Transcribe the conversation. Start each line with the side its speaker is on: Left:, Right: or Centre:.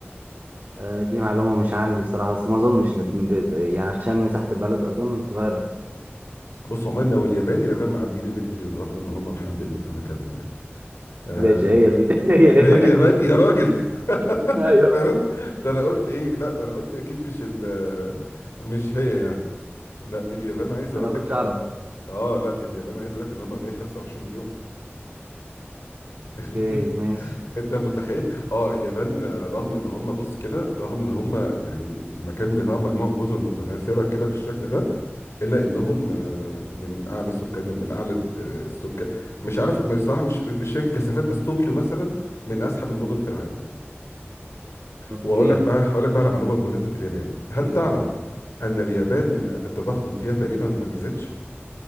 Right: آه، دي معلومة مش عندي بصراحة بس ما اظنش لب- ب- يعني عشان مساحة البلد اظن صغيرة
Left: بص عموما لو اليابان اليابان معديين ال 100 مليون رغم ان هم محندقين في مكانهم يعني أه،
Right: ماشي هي البيت <laughs> هي ليه
Left: هي
Right: بقى؟
Left: اليابان يا راجل <laughs>
Right: ايوه
Left: فعلا ده انا قلت ايه لا ده انا قلت اكيد مش ال مش هي يعني لا اليابان عايز اقول
Right: انا ما
Left: لك
Right: كنتش
Left: ان
Right: اعرف
Left: اه لا اليابان عايز اقول لك ان هم 125 مليون
Right: اوكي ماشي
Left: انت متخيل اه اليابان آه، رغم ان هم بص كده رغم ان هم يعني المكان بتاع مجموعه جزر متناثره كده بالشكل ده الا انهم آه، من اعلى سكان من اعلى آه، السكان مش عارف بصراحه مش مش فاكر كثافات بس طوكيو مثلا من ازحم المدن في العالم
Right: اوكي
Left: واقول لك بقى هقول لك بقى على معلومه بمناسبه اليابان هل تعلم ان اليابان التضخم فيها تقريبا ما بيزيدش